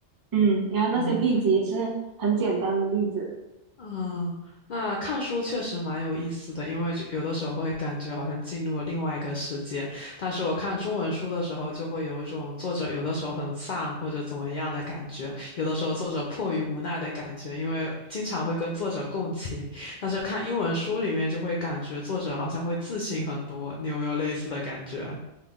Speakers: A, on the right (about 30°); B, on the left (about 65°).
A: 嗯，然后那些例子也是很简单的例子，
B: 嗯。嗯，那看书确实蛮有意思的，因为就有的时候会感觉好像进入了另外一个世界。但是我看中文书的时候，就会有一种作者有的时候很丧或者怎么样的感觉，有的时候作者迫于无奈的感觉，因为经常会跟作者共情。但是看英文书里面就会感觉作者好像会自信很多，你有没有类似的感觉啊？